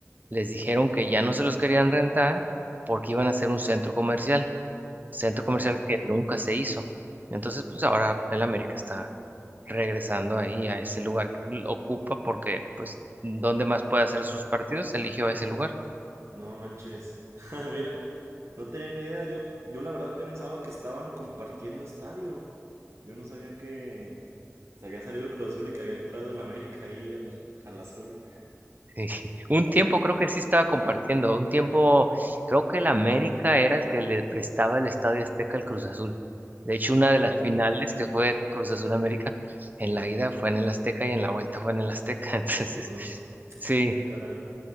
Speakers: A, on the right; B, on the right.
A: les dijeron que ya no se los querían rentar porque iban a hacer un centro comercial, centro
B: Ajá.
A: comercial que nunca se hizo. Entonces, pues ahora el América está regresando ahí a ese lugar que l- ocupa porque, pues, ¿dónde más puede hacer sus partidos? Eligió ese lugar.
B: No manches. <laughs> Ah, Mira, no tenía ni idea. Yo, yo la verdad pensaba que estaban compartiendo estadio. Yo no sabía que, Se había salido el Cruz Azul y que había entrado el América ahí al, al azul.
A: <laughs> Un tiempo creo que sí estaba compartiendo, un tiempo creo que el América era el que le prestaba el Estadio Azteca al Cruz Azul. De hecho, una de
B: Oh,
A: las finales que fue Cruz Azul América, en la ida fue en el Azteca y en la vuelta fue en el Azteca. <laughs> Entonces,
B: los dos.
A: sí,
B: Ah, caray.